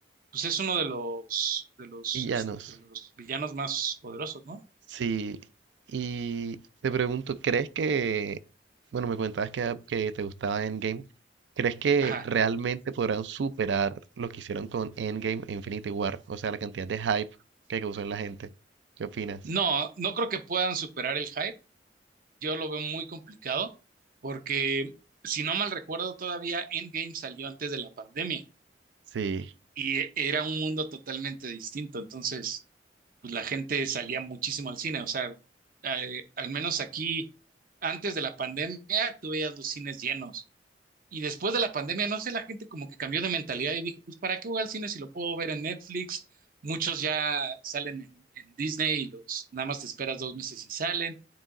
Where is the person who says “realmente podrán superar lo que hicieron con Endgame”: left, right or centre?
Right